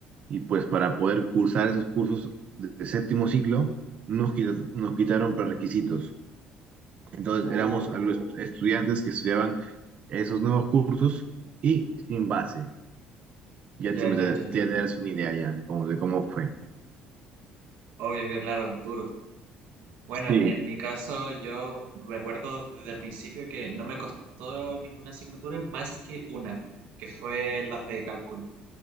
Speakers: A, on the right; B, on the right.
A: y pues para poder cursar esos cursos de, de séptimo ciclo, nos, quita- nos quitaron prerequisitos. Entonces
B: Oh,
A: éramos algunos estudiantes que estudiaban esos nuevos cursos y sin base. Ya
B: ya,
A: te, ya
B: ya, ya, te entiendo.
A: te das una idea ya como de cómo fue.
B: Obvio que, claro, duro. Bueno,
A: Sí,
B: en, en mi caso yo recuerdo desde el principio que no me costó ninguna asignatura más que una, que fue las de cálculo,